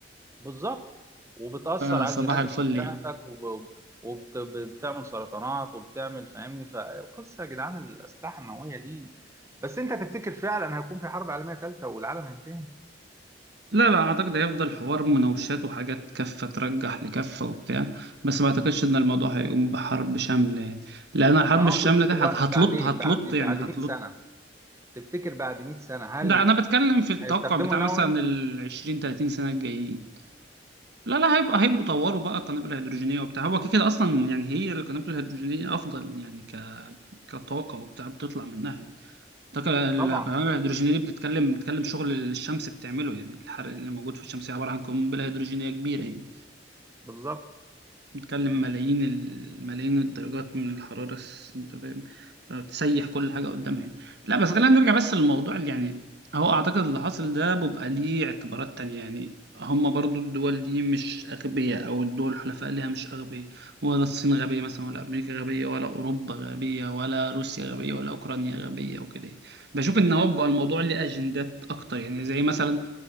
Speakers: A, on the right; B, on the right.
A: بالظبط وبتأثر
B: فصباح
A: على الجيناتكس
B: الفل
A: بتاعتك
B: يعني
A: وب... وبتعمل سرطانات وبتعمل فاهمني فالقصة يا جدعان الأسلحة النووية دي بس أنت تفتكر فعلا هيكون في حرب عالمية ثالثة والعالم هينتهي؟
B: لا لا أعتقد هيفضل حوار مناوشات وحاجات كفة ترجح لكفة وبتاع بس ما أعتقدش إن الموضوع هيقوم بحرب شاملة يعني لأن الحرب
A: أنا
B: الشاملة
A: أقصد مش
B: دي
A: دلوقتي
B: هت- هتلط
A: بعدين
B: هتلط
A: بعد
B: يعني
A: بعد
B: هتلط
A: 100 سنة تفتكر بعد 100 سنة هل
B: ده أنا بتكلم في التوقع
A: هيستخدموا
B: بتاع
A: النووي؟
B: مثلا ال 20 30 سنة الجايين لا لا هيبقى هيبقوا طوروا بقى القنابل الهيدروجينية وبتاع هو كده كده أصلا يعني هي القنابل الهيدروجينية أفضل يعني ك كطاقة وبتاع بتطلع منها يعني الطاقة القنابل
A: طبعا
B: الهيدروجينية
A: أكيد
B: دي بتتكلم بتتكلم شغل الشمس بتعمله يعني الحرق اللي موجود في الشمس عبارة عن قنبلة هيدروجينية كبيرة يعني
A: بالظبط
B: بتتكلم ملايين الملايين الدرجات من الحرارة س- انت فاهم فبتسيح كل حاجة قدامها يعني. لا بس خلينا نرجع بس للموضوع اللي يعني هو اعتقد اللي حاصل ده بيبقى ليه اعتبارات تانية يعني هما برضو الدول دي مش أغبياء أو الدول الحلفاء ليها مش أغبياء ولا الصين غبية مثلا ولا أمريكا غبية ولا أوروبا غبية ولا روسيا غبية ولا أوكرانيا غبية وكده يعني. بشوف إن هو بيبقى الموضوع ليه أجندات أكتر يعني زي مثلا